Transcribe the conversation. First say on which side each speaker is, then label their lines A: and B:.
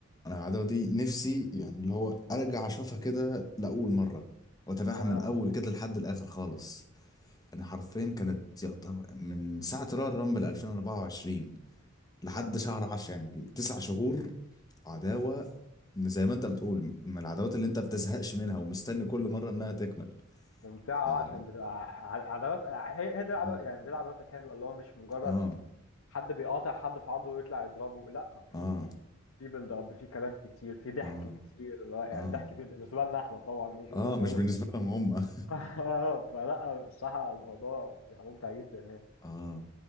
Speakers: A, on the left; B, on the left.
A: أنا العداوة دي نفسي يعني اللي هو أرجع أشوفها كده لأول مرة وأتابعها
B: اه
A: من الأول كده لحد الآخر خالص يعني حرفيا كانت يعتبر من ساعة رويال رامبل 2024 لحد
B: اه
A: شهر 10 يعني تسع شهور عداوة زي ما انت بتقول من العداوات اللي انت بتزهقش منها ومستني كل مرة انها تكمل
B: ممتعة
A: فلا
B: اه عشان بتبقى ع- عداوات هي هي دي العداوات
A: اه
B: يعني دي العداوات الحلوة اللي هو مش مجرد
A: اه
B: حد بيقاطع حد في عرضه ويطلع يضربه لا في
A: اه
B: في بيلد اب في كلام كتير في ضحك
A: اه
B: كتير لا يعني
A: اه
B: ضحك بي- بالنسبة لنا احنا طبعا مش بالنسبة
A: اه مش
B: لهم
A: بالنسبة لهم هم اه
B: <laughs> فلا الصراحة الموضوع بيبقى ممتع جدا يعني
A: اه